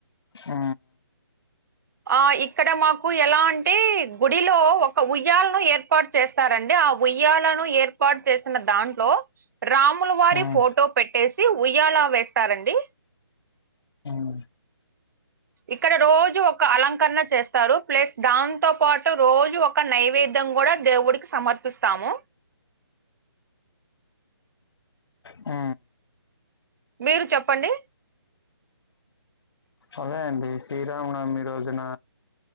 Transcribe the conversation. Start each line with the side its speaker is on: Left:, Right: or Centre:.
Left: ఆ
Right: ఆ ఇక్కడ మాకు ఎలా అంటే గుడిలో ఒక ఉయ్యాలను ఏర్ ర్పాటు చేస్తారండి ఆ ఉయ్యాలను ఏర్పాటు చేసిన దాన్ ట్లో రాముల వారి
Left: ఉమ్
Right: ఫోటో పెట్టేసి ఉయ్యాలా వేస్తారండి
Left: అ
Right: ఇక్కడ రోజు ఒక అలంకరణ చేస్తారు ప్లస్ దాంతో పాటు రోజు ఒక ఒక నైవేద్యం కూడా దేవుడికి సమర్పిస్తాము
Left: ఆ
Right: మీరు చెప్పండి
Left: అదేండి శ్రీరామనవమి రోజున